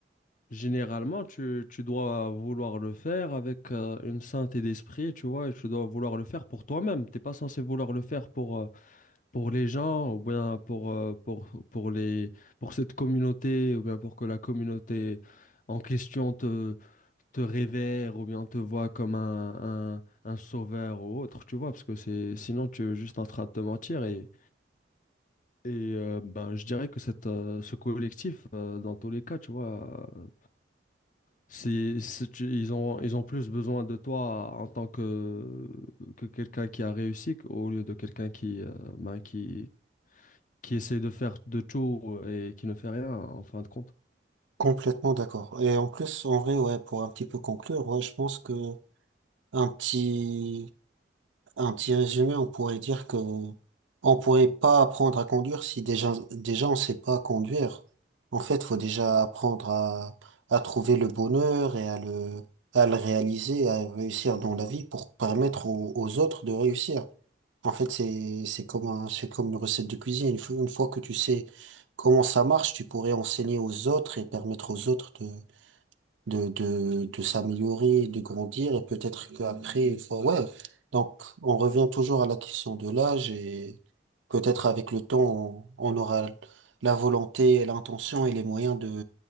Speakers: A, on the left; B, on the right.
A: généralement tu, tu dois vouloir le faire avec euh, une sainteté d'esprit, tu vois, et tu dois vouloir le faire pour toi-même. T'es pas censé vouloir le faire pour, euh, pour les gens ou bien pour, euh, pour, pour les, pour cette communauté ou bien pour que la communauté en question te te révère ou bien te voit comme un, un, un sauveur ou autre, tu vois, parce que c'est sinon tu es juste en train de te mentir et, et euh, ben, je dirais que cette, euh, ce collectif, euh, dans tous les cas, tu vois, euh, c'est, c'est- tu- ils ont, ils ont plus besoin de toi en tant que, que quelqu'un qui a réussi qu- au lieu de quelqu'un qui, euh, ben, qui, qui essaie de faire de tout et qui ne fait rien en fin de compte.
B: Complètement d'accord. Et en plus, en vrai, ouais, pour un petit peu conclure, ouais, je pense que un petit, un petit résumé, on pourrait dire que on pourrait pas apprendre à conduire si déjà, déjà on sait pas conduire. En fait, faut déjà apprendre à, à trouver le bonheur et à le, à le réaliser, à réussir dans la vie pour permettre aux aux autres de réussir. En fait, c'est, c'est comme un- c'est comme une recette de cuisine. Une fois, une fois que tu sais comment ça marche, tu pourrais enseigner aux autres et permettre aux autres de, de, de, de s'améliorer, de grandir. Et peut-être qu'après, une fois, ouais. Donc, on revient toujours à la question de l'âge et peut-être avec le temps, on, on aura la volonté, l'intention et les moyens de,